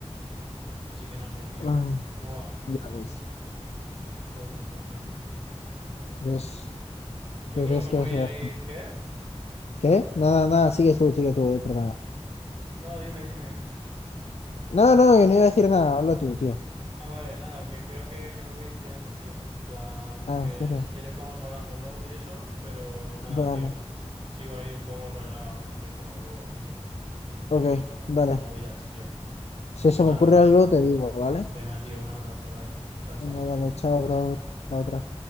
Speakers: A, on the right; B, on the left.
A: Así que no sé, tío.
B: Ay,
A: Buah.
B: ya ves.
A: Mm, pues no sé, tío.
B: Pues,
A: Yo
B: pues
A: creo
B: es
A: que me
B: que
A: voy
B: vas a
A: a
B: ir a-
A: ir, ¿qué?
B: ¿Qué? Nada, nada, sigues tú, sigue tú, eh, perdona.
A: No, dime, dime.
B: No, no, yo no iba a decir nada, habla tú, tío.
A: Ah, vale, nada, que creo que, que me voy a ir pirando, tío. En plan,
B: Ah,
A: que
B: en serio.
A: si quieres vamos hablando luego y eso, pero nada,
B: Dale.
A: tío. Sigo ahí un poco rayado a ver qué como luego, tío. Todo,
B: Ok, dale.
A: todo movidas, tío.
B: Si
A: Así
B: se
A: que
B: me
A: nada,
B: ocurre
A: ¿vale?
B: algo, te digo, ¿vale?
A: Venga, tío, un abrazo, dale. Chao, chao.
B: Venga, dale, chao, bro. Chao, otra.